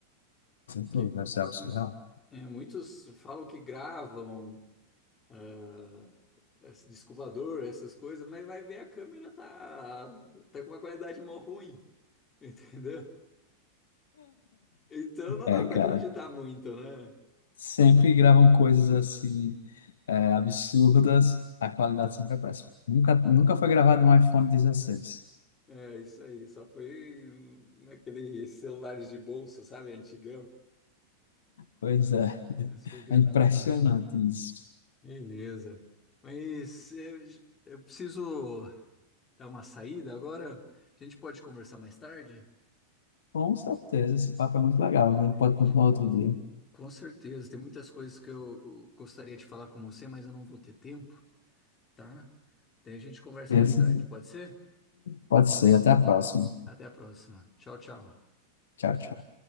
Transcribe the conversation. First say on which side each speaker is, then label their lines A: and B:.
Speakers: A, on the left; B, on the left.
A: Sem tudo,
B: Que,
A: Deve ser algo
B: hum,
A: surreal.
B: é, muitos falam que gravam, ah, esse disco voador, essas coisas, mas vai ver a câmera tá, tá com uma qualidade mó ruim, <laughs> entendeu? Então não
A: É,
B: dá pra
A: cara.
B: acreditar muito, né?
A: Sempre gravam coisas assim, é, absurdas, a qualidade sempre é péssima. Nunca, nunca foi gravado um iPhone 16.
B: É isso aí, só foi naquele celulares de bolso, sabe, antigão.
A: Pois é, <laughs>
B: Mas foi gravar
A: é impressionante
B: naquele.
A: isso.
B: Beleza. Mas eu, eu preciso dar uma saída agora. A gente pode conversar mais tarde?
A: Com certeza, esse papo é muito legal. A gente pode
B: Entendi.
A: continuar outro dia.
B: Com certeza, tem muitas coisas que eu eu gostaria de falar com você, mas eu não vou ter tempo. tá? Daí a gente conversa
A: Esse-
B: mais tarde, pode ser?
A: Pode ser, até a próxima.
B: Até a próxima. Tchau, tchau.
A: Tchau, tchau.